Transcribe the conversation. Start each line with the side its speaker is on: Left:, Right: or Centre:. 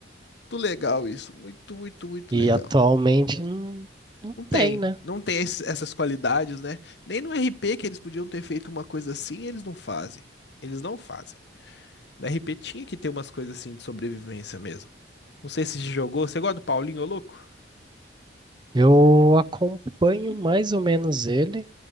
Left: legal isso, muito, muito, muito
Right: E
Left: legal.
Right: atualmente não, não
Left: Não tem,
Right: tem, né?
Left: não tem esse- essas qualidades, né? Nem no RP que eles podiam ter feito uma coisa assim, eles não fazem. Eles não fazem. No RP tinha que ter umas coisas assim de sobrevivência mesmo. Não sei se você jogou. Você gosta do Paulinho, ô louco?
Right: Eu acompanho mais ou menos ele.